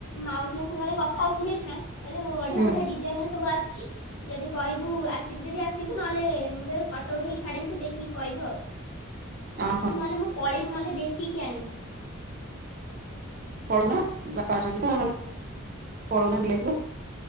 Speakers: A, on the left; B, on the right.
A: ମାଉସୀଙ୍କ ସାଙ୍ଗରେ କଥା ହୋଉଥିଲି ଏଇ ଶୁଣା, କଇଲେ ବଢ଼ିଆ
B: ହୁଁ
A: ବଢ଼ିଆ ଡିଜାଇନ୍ ର ସବୁ ଆସିଛି। ଯଦି କହିବୁ ଆସିବି ଯଦି ଆସିବୁ ନହେଲେ ମୁଁ ତତେ ଫଟ ଉଠେଇକି ଛାଡିମି ତୁ ଦେଖିକି କଇବୁ ଆଉ।
B: ଓହୋ
A: ମୁଁ ନଲେ ମୁଁ ପଳେଇବି ନହେଲେ ଦେଖିକି ଆଣିମି।
B: ପଳୋଉନା ବାପା ଅଛନ୍ତି ତ ନ ହେଲେ ପଳୋଉନା ନେଇ ଆସିବ